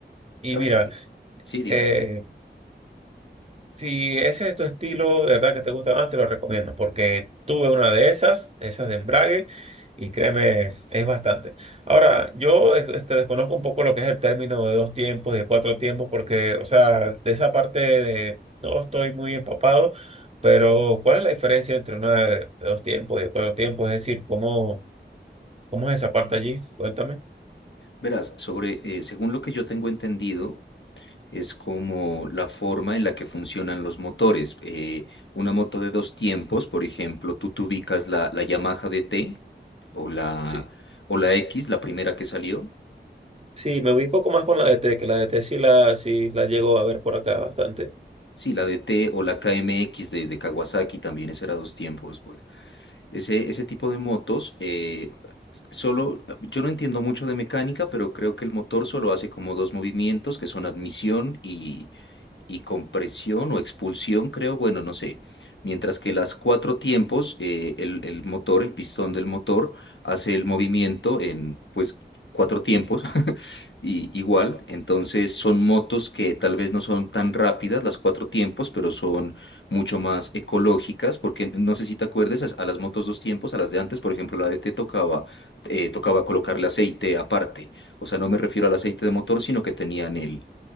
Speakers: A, on the right (about 35°); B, on the left (about 80°).
A: Y
B: ¿Sabes
A: mira,
B: qué? Sí, dime.
A: eh, si ese es tu estilo, de verdad que te gusta más, te lo recomiendo, porque tuve una de esas, esas de embrague, y créeme, es bastante. Ahora, yo eh, este, desconozco un poco lo que es el término de dos tiempos, de cuatro tiempos, porque, o sea, de esa parte de, no estoy muy empapado, pero ¿cuál es la diferencia entre una de de dos tiempos y de cuatro tiempos? Es decir, ¿cómo, cómo es esa parte allí? Cuéntame.
B: Verás, sobre, eh, según lo que yo tengo entendido, es como la forma en la que funcionan los motores. Eh, una moto de dos tiempos, por ejemplo, tú te ubicas la, la Yamaha DT o la,
A: Sí,
B: o la X, la primera que salió.
A: sí, me ubico con- más con la D T, que la D T sí la, sí la llego a ver por acá bastante.
B: Sí, la DT o la KMX de, de Kawasaki también, ese era dos tiempos, pues. Ese, ese tipo de motos, eh, solo, yo no entiendo mucho de mecánica, pero creo que el motor solo hace como dos movimientos que son admisión y compresión o expulsión, creo, bueno, no sé. Mientras que las cuatro tiempos, eh, el, el motor, el pistón del motor, hace el movimiento en, pues, cuatro tiempos, <laughs> y, igual. Entonces son motos que tal vez no son tan rápidas las cuatro tiempos, pero son mucho más ecológicas, porque no sé si te acuerdes, a, a las motos dos tiempos, a las de antes, por ejemplo, la de te tocaba, eh, tocaba colocarle aceite aparte. O sea, no me refiero al aceite de motor, sino que tenían el